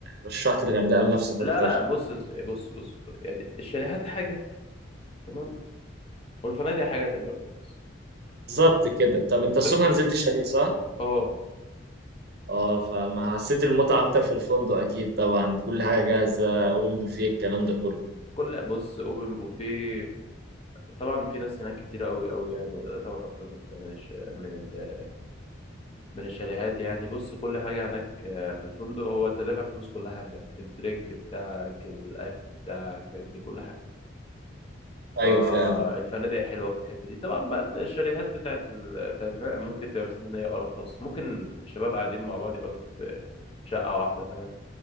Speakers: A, on the right (about 55°); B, on the left (about 30°).
A: رشحت الغردقه لنفسك
B: لا
A: اكتر
B: لا بص بص بص يعني الشاليهات حاجة تمام والفنادق حاجة تانية خالص
A: بالظبط كده طب انت السخنه
B: ف...
A: نزلت شاليه صح
B: اه
A: اه فما حسيت المتعه اكتر في الفندق اكيد طبعا كل حاجه جاهزه اوبن بوفيه الكلام ده كله
B: كل بص اوبن بوفيه طبعا في ناس هناك كتير قوي قوي يعني آه، طبعا اكتر من من الش... من, ال... من الشاليهات يعني بص كل حاجة هناك آه، في الفندق هو انت دافع فلوس كل حاجة الدرينك بتاعك الاكل بتاعك فاهمني كل حاجة
A: ايوه
B: فالفنادق
A: فاهم
B: حلوه في الحته دي طبعا بقى الشاليهات بتاعت ال... بتاعت ممكن تبقى ميزتها ان هي ارخص ممكن الشباب قاعدين مع بعض يقعدوا في شقه واحده فاهم